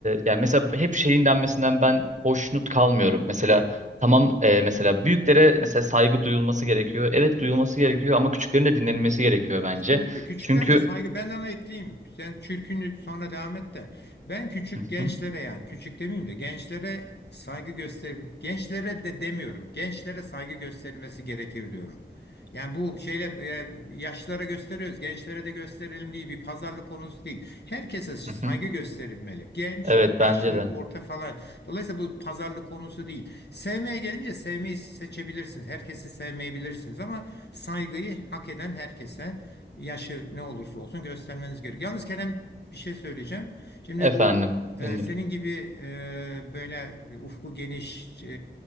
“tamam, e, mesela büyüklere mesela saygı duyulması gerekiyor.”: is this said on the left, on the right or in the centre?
Right